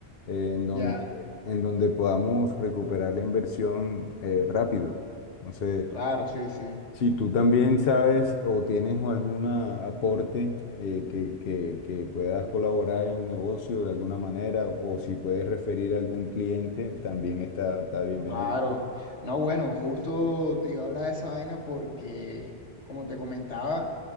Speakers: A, on the left; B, on the left.
A: eh, en donde
B: Ya.
A: en donde podamos recuperar la inversión eh, rápido. Entonces,
B: Claro, sí, sí.
A: si tú también sabes o tienes algún aporte eh, que, que, que puedas colaborar en el negocio de alguna manera o si puedes referir a algún cliente, también está, está bienvenido.
B: Claro. No, bueno, justo te iba a hablar de esa vaina porque, como te comentaba,